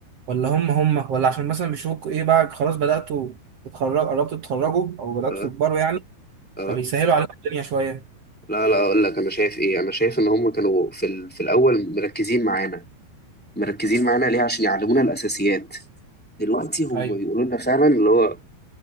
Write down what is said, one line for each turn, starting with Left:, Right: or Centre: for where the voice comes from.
Right: ولا هم هم ولا عشان مثلا بيشوفوك ايه بقى خلاص بدأتوا تتخرجوا قربتوا تتخرجوا او بدأتوا
Centre: آه
Right: تكبروا يعني
Centre: آه،
Right: فبيسهلوا
Centre: آه.
Right: عليك الدنيا شوية
Centre: لا لا أقول لك أنا شايف إيه أنا شايف إن هم كانوا في ال... في الأول مركزين معانا مركزين معانا ليه عشان يعلمونا الأساسيات دلوقتي هم
Right: ايوه
Centre: بيقولوا لنا فعلا اللي هو